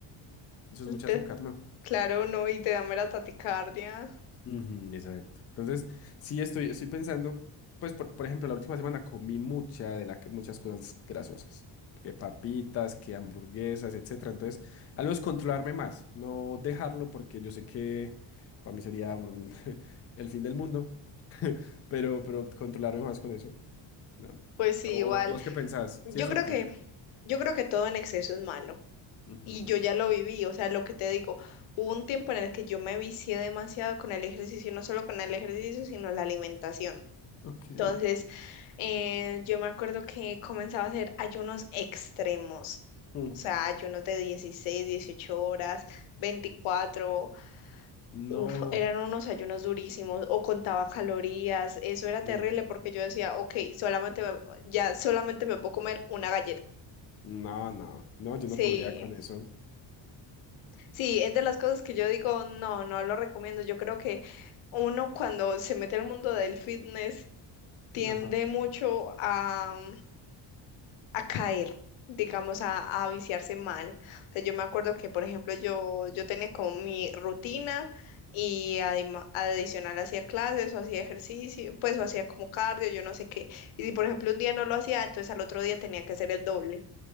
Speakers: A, on the left; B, on the left.
A: Eso es mucho
B: Te-
A: azúcar, ¿no?
B: Claro, no, y te da mera taticardia.
A: Ujú, exacto. Entonces, sí estoy, estoy pensando, pues por, por ejemplo, la última semana comí mucha de la, que- muchas cosas grasosas, que papitas, que hamburguesas, etcétera. Entonces, al menos controlarme más, no dejarlo porque yo sé que para mí sería un- <laughs> el fin del mundo, <laughs> pero, pero controlarme más con eso. ¿no?
B: Pues sí,
A: O,
B: igual.
A: vos qué pensás,
B: Yo
A: si es
B: creo
A: útil.
B: que, yo creo que todo en exceso es malo.
A: Ujú.
B: Y yo ya lo viví, o sea, lo que te digo, hubo un tiempo en el que yo me vicié demasiado con el ejercicio, no solo con el ejercicio, sino la alimentación.
A: Ok.
B: Entonces, eh, yo me acuerdo que comenzaba a hacer ayunos extremos,
A: Mm,
B: o sea, ayunos de 16, 18 horas, 24.
A: No,
B: uf, eran unos ayunos durísimos, o contaba calorías, eso era terrible
A: Mm,
B: porque yo decía, ok, solamente me- ya solamente me puedo comer una galleta.
A: no, no, no, yo
B: Sí,
A: no podría con eso.
B: sí, es de las cosas que yo digo, no, no lo recomiendo. Yo creo que uno cuando se mete al mundo del fitness tiende
A: Ajá.
B: mucho a a caer, digamos, a, a viciarse mal. O sea, yo me acuerdo que, por ejemplo, yo, yo tenía como mi rutina y adima- adicional hacía clases o hacía ejercicio, pues o hacía como cardio, yo no sé qué. Y si, por ejemplo, un día no lo hacía, entonces al otro día tenía que hacer el doble.